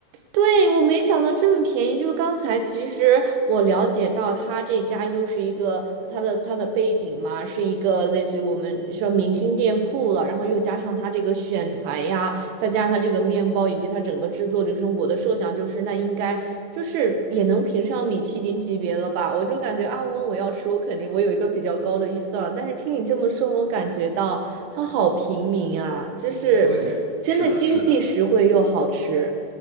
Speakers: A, on the right; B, on the right.
A: 对，我没想到这么便宜。就是刚才其实我了解到，他这家又是一个他的他的背景嘛，是一个类似于我们说明星店铺了，然后又加上他这个选材呀，再加上他这个面包以及他整个制作流程，我的设想就是那应该就是也能评上米其林级别了吧？我就感觉啊，我我要吃，我肯定我有一个比较高的预算了。但是听你这么说，我感觉到它好平民啊，就是真的经济实惠又好吃。
B: 对，是的，是的。